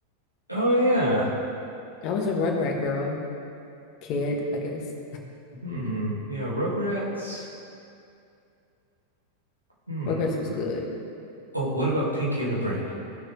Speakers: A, on the right (about 85°); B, on the left (about 40°).
A: Oh yeah.
B: I was a Rugrat girl, kid, I guess.
A: Hmm. Yeah, Rugrats. Hmm.
B: Rugrats was good.
A: Oh, what about Pinky and the Brain?